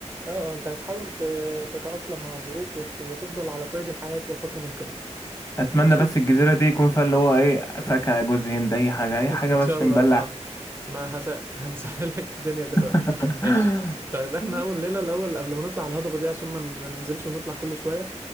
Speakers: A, on the right; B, on the left.
A: اه اه انت هتحاول ت- تتأقلم مع الظروف وت... وتفضل على قيد الحياة طول فترة ممكنة
B: اتمنى
A: ماشي
B: بس الجزيره دي يكون فيها اللي هو ايه فاكهه جوز هند اي حاجه اي حاجه
A: ان
B: بس
A: شاء الله
B: نبلع
A: اه ما هس... هنسهل لك الدنيا دلوقتي
B: <laughs>
A: ماشي طيب احنا اول ليله الاول قبل ما نطلع الهضبه دي عشان ما ما ننزلش ونطلع كل شويه